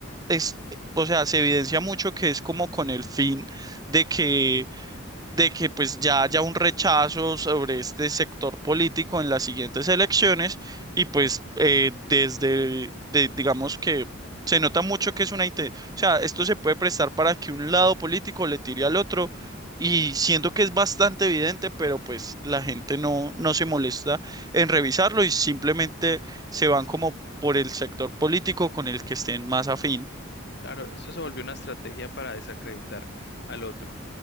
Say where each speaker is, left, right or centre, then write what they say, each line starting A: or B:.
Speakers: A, on the right; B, on the left.
A: es- o sea, se evidencia mucho que es como con el fin de que de que pues ya haya un rechazo sobre este sector político en las siguientes elecciones y pues eh, desde, de- digamos que se nota mucho que es una... inte- O sea, esto se puede prestar para que un lado político le tire al otro y siento que es bastante evidente, pero pues la gente no, no se molesta en revisarlo y simplemente se van como por el sector político con el que estén más afín.
B: Claro, esto se volvió una estrategia para desacreditar al otro.